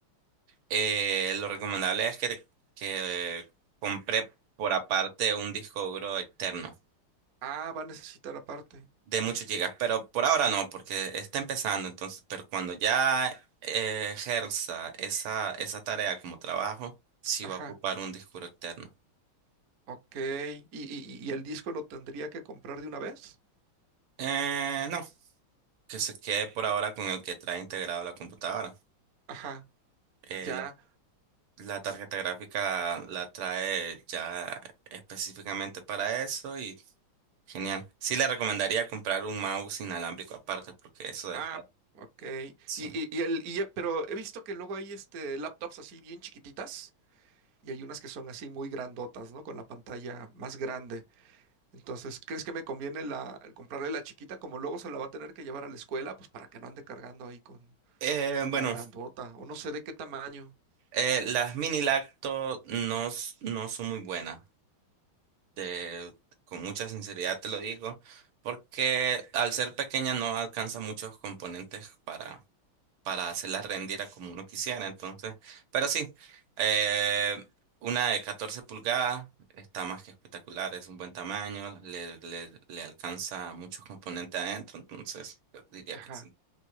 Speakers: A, on the right (about 75°); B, on the right (about 60°).
A: eh, lo recomendable es que, que eh, compre por aparte un disco duro externo.
B: ah, va a necesitar aparte.
A: de muchos gigas, pero por ahora no, porque está empezando, entonces, pero cuando ya eh, ejerza esa, esa tarea como trabajo, sí
B: Ajá,
A: va a ocupar un disco duro externo.
B: ok. ¿Y, y, y el disco lo tendría que comprar de una vez?
A: Eh, no, que se quede por ahora con el que trae integrado la computadora.
B: Ajá,
A: Eh,
B: ya.
A: la, la tarjeta gráfica la trae ya específicamente para eso y genial. Sí le recomendaría comprar un mouse inalámbrico aparte, porque eso
B: Ah,
A: es...
B: ok.
A: sí.
B: Y, y, y el, y ya- pero he visto que luego hay este laptops así bien chiquititas y hay unas que son así muy grandotas, ¿no? Con la pantalla más grande. Entonces, ¿crees que me conviene la, el comprarle la chiquita como luego se la va a tener que llevar a la escuela? Pues para que no ande cargando ahí con,
A: Eh,
B: con
A: bueno.
B: la grandota o no sé de qué tamaño.
A: Eh, las mini lacto no, s- no son muy buenas, te- con mucha sinceridad te lo digo, porque al ser pequeña no alcanza muchos componentes para, para hacerlas rendir a como uno quisiera, entonces, pero sí, eh, una de 14 pulgadas está más que espectacular, es un buen tamaño, le, le, le alcanza muchos componentes adentro, entonces yo diría
B: Ajá,
A: que sí.